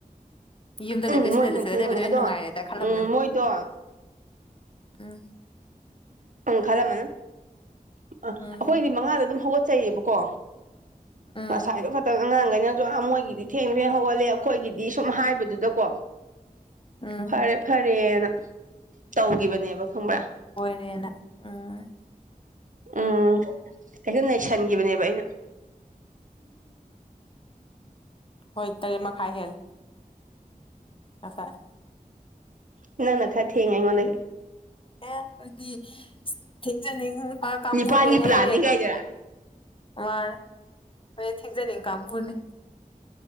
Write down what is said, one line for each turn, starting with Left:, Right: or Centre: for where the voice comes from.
Left: ꯌꯨꯝꯗ
Right: ꯎꯝ
Left: ꯂꯩꯕ ꯁꯤꯅꯦ
Right: ꯃꯣꯏ ꯍꯦꯟꯅ
Left: ꯂꯩꯁꯗ
Right: ꯊꯦꯡꯉꯤꯅꯦ
Left: ꯂꯩꯕꯗ
Right: ꯑꯗꯣ
Left: ꯅꯨꯡꯉꯥꯏꯔꯦꯗ ꯈꯜꯂꯝꯃꯟ
Right: ꯎꯝ ꯃꯣꯏꯗꯣ
Left: ꯎꯝ
Right: ꯎꯝ ꯈꯜꯂꯝꯃꯅꯤ ꯑ ꯑꯩꯈꯣꯏꯗꯤ
Left: ꯎꯝ
Right: ꯃꯉꯥꯗ ꯑꯗꯨꯝ ꯍꯧꯒꯠ ꯆꯠ ꯆꯩꯩꯌꯦꯕꯀꯣ
Left: ꯎꯝ
Right: ꯉꯁꯥꯏꯗꯣ ꯈꯇꯪ ꯑꯉꯥꯡꯈꯩꯅ ꯃꯣꯏꯒꯤꯗꯤ ꯊꯦꯡ ꯊꯦꯡ ꯍꯧꯒꯠꯂ ꯑꯩꯈꯣꯏꯒꯤꯗꯤ ꯁꯨꯝ ꯍꯥꯏꯕꯗꯨꯗꯀꯣ
Left: ꯎꯝ
Right: ꯐꯔꯦ ꯐꯔꯦꯅ ꯇꯧꯈꯤꯕꯅꯦꯕ ꯈꯪꯕ꯭ꯔꯥ
Left: ꯦꯅ ꯎꯝ
Right: ꯎꯝ ꯑꯩꯛꯇ ꯅꯩꯁꯤꯟꯈꯤꯕꯅꯦꯕ ꯑꯩꯅ
Left: ꯍꯣꯏ ꯇꯔꯦꯠ ꯃꯈꯥꯏ ꯍꯦꯜ ꯀꯈꯥꯏ
Right: ꯎꯝ ꯅꯪꯅ ꯈ ꯊꯦꯡꯉ ꯑꯩꯉꯣꯟꯗꯗꯒꯤ
Left: ꯑꯦ ꯀꯣꯏꯗꯤ ꯊꯦꯡꯁꯅꯤꯡ ꯀꯥꯡꯕꯨꯅꯤꯍꯦ
Right: ꯅꯤꯄꯥꯟꯒꯤ ꯄ꯭ꯂꯥꯟꯅꯤ ꯀꯥꯏꯗꯨꯔꯥ
Left: ꯋꯥ ꯊꯖꯅꯤ ꯀꯝꯕꯨꯅꯤ